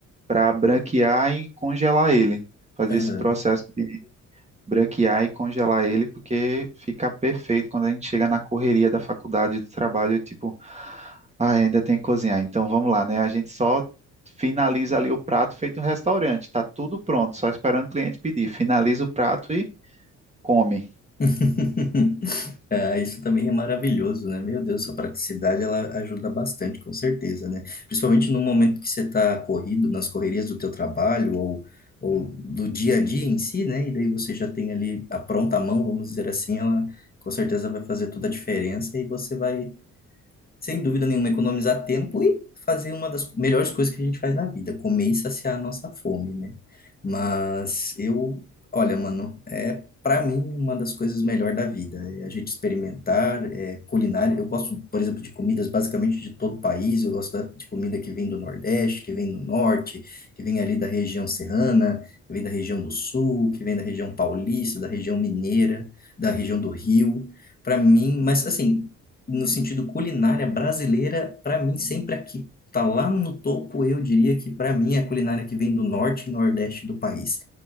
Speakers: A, on the right; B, on the left.
A: para branquear e congelar ele, fazer
B: aham.
A: esse processo branquear e congelar ele, porque fica perfeito quando a gente chega na correria da faculdade, do trabalho, tipo, ai, ainda tem que cozinhar. Então vamos lá, né? A gente só finaliza ali o prato feito um restaurante, tá tudo pronto, só esperando o cliente pedir. Finaliza o prato e come.
B: <laughs> Ah, isso também é maravilhoso, né? Meu Deus, sua praticidade ela ajuda bastante, com certeza, né? Principalmente no momento que você está corrido, nas correrias do teu trabalho ou, ou do dia a dia em si, né? E daí você já tem ali a pronta mão, vamos dizer assim, ela com certeza vai fazer toda a diferença e você vai sem dúvida nenhuma, economizar tempo e fazer uma das melhores coisas que a gente faz na vida, comer e saciar a nossa fome, né? Mas eu, olha, mano, é para mim uma das coisas melhores da vida, é a gente experimentar, é, culinária. Eu gosto, por exemplo, de comidas basicamente de todo o país, eu gosto da- de comida que vem do Nordeste, que vem do Norte, que vem ali da região serrana, que vem da região do Sul, que vem da região paulista, da região mineira, da região do Rio. Para mim, mas assim, no sentido culinária brasileira, para mim, sempre aqui. Tá lá no topo, eu diria que para mim é a culinária que vem do norte e nordeste do país.